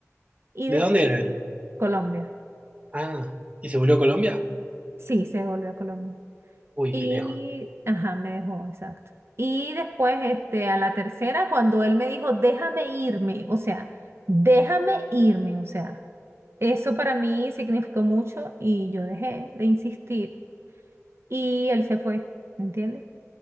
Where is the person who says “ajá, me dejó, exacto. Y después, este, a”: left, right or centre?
Right